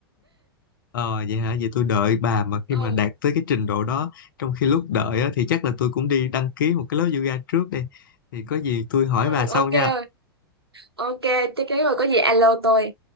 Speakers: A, on the left; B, on the right.
A: Ờ vậy hả, vậy tôi đợi bà mà
B: <laughs>
A: khi mà
B: ừ,
A: đạt tới cái trình độ đó trong khi lúc đợi á, thì chắc là tôi cũng đi đăng ký một cái lớp yoga trước đây thì có gì tôi hỏi
B: ừ
A: bà sau
B: ok
A: nha
B: rồi ok chắc chắn rồi có gì alo tôi